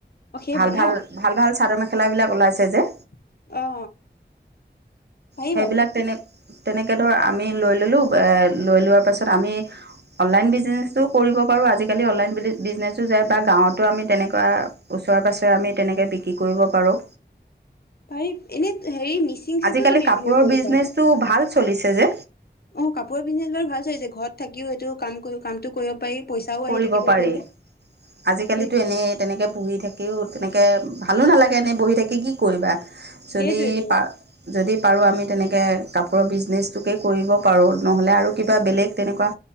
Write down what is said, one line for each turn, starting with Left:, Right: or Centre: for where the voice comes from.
Left: অ সেইবোৰ
Right: ভাল ভাল,
Left: ন
Right: ভাল ভাল চাদৰ মেখেলাবিলাক ওলাইছে যে।
Left: অ পাৰি
Right: সেইবিলাক
Left: বাৰু
Right: তেনে তেনেকে ধৰ আমি লৈ ল'লো, লৈ লোৱাৰ পাছত আমি অনলাইন বিজনেছো কৰিব পাৰো আজিকালি অনলাইন বিজনেচো যায় বা গাঁৱতো আমি তেনেকুৱা চোৱাৰ পাছৰে আমি তেনেকৈ বিক্ৰী কৰিব পাৰোঁ।
Left: পাৰি এনে হেৰি মিচিং চেতও
Right: আজিকালি
Left: তুমি
Right: কাপোৰৰ
Left: হেৰি কৰিব
Right: বিজনেচটো
Left: পাৰা।
Right: ভাল চলিছে যে।
Left: অ কাপোৰৰ বিজনেছ বাৰু ভাল চলিছে ঘৰত থাকিও এইটো কাম কামটো কৰিব পাৰি। পইচাও
Right: কৰিব
Left: আহি থাকিব
Right: পাৰি।
Left: এইফালে
Right: আজিকালিটো
Left: সেইটোৱে
Right: এনেই তেনেকে বহি থাকিও তেনেক ভালো নালাগে এনেই বহি থাকি কি কৰিবা। যদি
Left: সেইটোৱেতো
Right: পা, যদি পাৰো আমি তেনেকে কাপোৰৰ বিজনেচটোকে কৰিব পাৰো, নহলে বেলেগ তেনেকুৱা